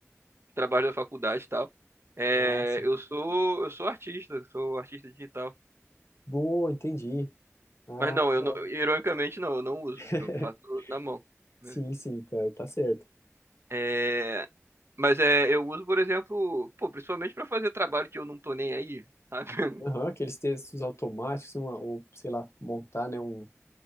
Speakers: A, on the right; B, on the left.
A: trabalhos da faculdade e tal. É,
B: Ah, sim.
A: eu sou, eu sou artista, sou artista digital.
B: Boa, entendi. Ah,
A: Mas não,
B: que
A: eu
B: da
A: não,
B: hora.
A: ironicamente não, eu não uso.
B: <laughs>
A: Eu faço na mão. né?
B: Sim, sim, tá, tá certo.
A: É, mas é, eu uso, por exemplo, pô, principalmente para fazer trabalho que eu não tô nem aí, sabe? <laughs>
B: Aham, aqueles textos automáticos, uma, ou sei lá, montar, né, um,